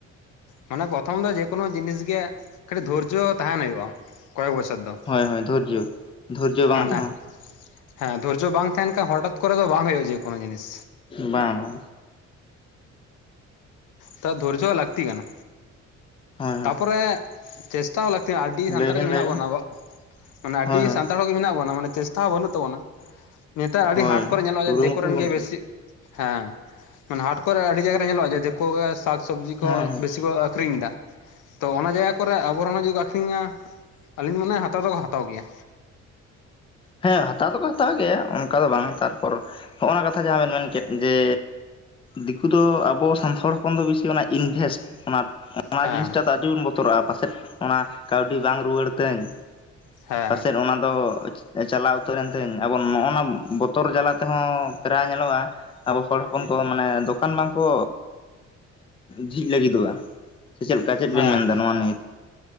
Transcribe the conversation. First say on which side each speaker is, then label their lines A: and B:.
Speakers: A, on the left (about 80°); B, on the left (about 20°).
A: ᱢᱟᱱᱮ ᱯᱨᱚᱛᱷᱚᱢ ᱫᱚ ᱡᱮᱠᱳᱱᱳ ᱡᱤᱱᱤᱥ ᱜᱮ ᱠᱟᱹᱴᱤᱡ ᱫᱷᱳᱨᱡᱚ ᱛᱟᱦᱮᱱ ᱦᱩᱭᱩᱜᱼᱟ ᱠᱚᱭᱮᱠ ᱵᱚᱪᱷᱚᱨ ᱫᱚ᱾
B: ᱦᱳᱭ ᱦᱳᱭ ᱫᱷᱳᱨᱡᱚ ᱫᱷᱳᱨᱡᱚ ᱵᱟᱝ
A: ᱢᱟᱱᱮ
B: ᱛᱮᱦᱚ
A: ᱦᱮᱸ ᱫᱷᱳᱨᱡᱚ ᱵᱟᱝ ᱛᱟᱦᱮᱱ ᱠᱷᱟᱱ ᱦᱚᱴᱟᱛ ᱠᱚᱨᱮ ᱫᱚ ᱵᱟᱝ ᱦᱩᱭᱩᱜ-ᱟ ᱡᱮᱠᱳᱱᱳ ᱡᱤᱱᱤᱥ᱾
B: ᱵᱟᱝ ᱵᱟᱝ
A: ᱛᱚ ᱫᱷᱳᱨᱡᱚ ᱦᱚ ᱞᱟᱹᱠᱛᱤ ᱠᱟᱱᱟ
B: ᱦᱳᱭ ᱦᱳᱭ
A: ᱛᱟᱯᱚᱨᱮ ᱪᱮᱥᱴᱟ ᱦᱚᱸ ᱞᱟᱹᱠᱛᱤ ᱠᱟᱱᱟ᱾ ᱟᱹᱰᱤ
B: ᱞᱟᱹᱭ
A: ᱥᱟᱱᱛᱟᱲ
B: ᱵᱮᱱ
A: ᱜᱮ ᱢᱮᱱᱟᱜ
B: ᱞᱟᱹᱭ ᱵᱮᱱ
A: ᱵᱚᱱᱟ ᱟᱵᱚᱣᱟᱜ ᱢᱟᱱᱮ
B: ᱦᱳᱭ
A: ᱟᱹᱰᱤ
B: ᱦᱳᱭ
A: ᱥᱟᱱᱛᱟᱲ ᱦᱚᱲ ᱛᱤ ᱢᱮᱱᱟᱜ ᱵᱚᱱᱟ ᱢᱟᱱᱮ ᱪᱮᱥᱴᱟ ᱦᱚᱸ ᱵᱟᱹᱱᱩᱜ ᱛᱟᱵᱚᱱᱟ᱾ ᱱᱮᱛᱟᱨ ᱟᱹᱰᱤ
B: ᱦᱳᱭ
A: ᱦᱟᱴ ᱠᱚᱨᱮ ᱧᱮᱞᱚᱜᱼᱟ
B: ᱠᱩᱨᱩᱢᱩᱴᱩ
A: ᱡᱮ ᱫᱤᱠᱩᱨᱮᱱ
B: ᱵᱚᱱ
A: ᱜᱮ ᱵᱮᱥᱤ ᱦᱮᱸ ᱢᱟᱱᱮ ᱦᱟᱴ ᱠᱚᱨᱮ ᱟᱹᱰᱤ ᱡᱟᱭᱜᱟ ᱨᱮ ᱧᱮᱞᱚᱜ-ᱟ ᱡᱮ ᱫᱤᱠᱩ ᱜᱮ ᱥᱟᱛ ᱥᱚᱵᱽᱡᱤ
B: ᱦᱮᱸ
A: ᱠᱚ
B: ᱦᱮᱸ
A: ᱵᱮᱥᱤ ᱠᱚ ᱟᱠᱷᱨᱤᱧᱫᱟ ᱛᱚ ᱚᱱᱟ ᱡᱟᱭᱜᱟ ᱠᱚᱨᱮ ᱟᱵᱚᱨᱱ ᱦᱚᱸ ᱡᱩᱫᱤ ᱠᱚ ᱟᱠᱷᱨᱤᱧᱟ ᱟᱹᱞᱤᱧ ᱫᱚ ᱢᱟᱱᱮ ᱦᱟᱛᱟᱣ ᱫᱚᱠᱚ ᱦᱟᱛᱟᱣ ᱜᱮᱭᱟ᱾
B: ᱦᱮᱸ ᱦᱟᱛᱟᱣ ᱫᱚᱠᱚ ᱦᱟᱛᱟᱣ ᱜᱮᱭᱟ ᱚᱱᱠᱟ ᱫᱚ ᱵᱟᱝ ᱛᱟᱨᱯᱚᱨ ᱦᱚᱜᱼᱚᱱᱟ ᱠᱟᱛᱷᱟ ᱡᱟᱦᱟᱸ ᱵᱮᱱ ᱢᱮᱱ ᱠᱮᱫ ᱡᱮ ᱫᱤᱠᱩ ᱫᱚ ᱟᱵᱚ ᱥᱟᱱᱛᱟᱲ ᱦᱚᱯᱚᱱ ᱫᱚ ᱵᱤᱥᱤ ᱚᱱᱟ ᱤᱱᱵᱷᱮᱥᱴ ᱚᱱᱟ ᱚᱱᱟ
A: ᱦᱮᱸ
B: ᱡᱤᱱᱤᱥᱴᱟ ᱫᱚ ᱟᱹᱰᱤ ᱵᱤᱱ ᱵᱚᱛᱚᱨᱚᱜ-ᱟ ᱯᱟᱥᱮᱫ ᱚᱱᱟ ᱠᱟᱹᱣᱰᱤ ᱵᱟᱝ ᱨᱩᱣᱟᱹᱲ ᱛᱟᱹᱧ᱾
A: ᱦᱮᱸ
B: ᱯᱟᱥᱮᱫ ᱚᱱᱟ ᱫᱚ ᱮ ᱪᱟᱞᱟᱣ ᱩᱛᱟᱹᱨᱮᱱ ᱛᱤᱧ ᱟᱵᱚᱝ ᱱᱚᱜᱼᱱᱟ ᱵᱚᱛᱚᱨ ᱡᱟᱞᱟ ᱛᱮᱦᱚᱸ ᱯᱮᱨᱟ ᱧᱮᱞᱚᱜᱼᱟ ᱟᱵᱚ ᱦᱚᱲ ᱦᱚᱯᱚᱱ ᱠᱚ ᱢᱟᱱᱮ ᱫᱚᱠᱟᱱ ᱵᱟᱝᱠᱚ ᱡᱷᱤᱡ ᱞᱟᱹᱜᱤᱫᱚᱜᱼᱟ᱾ ᱥᱮ ᱪᱮᱫ ᱞᱮᱠᱟ ᱪᱮᱫ
A: ᱦᱮᱸ
B: ᱵᱮᱱ ᱢᱮᱱ ᱮᱫᱟ ᱱᱚᱣᱟ ᱱᱤᱭᱟᱹᱛᱮ,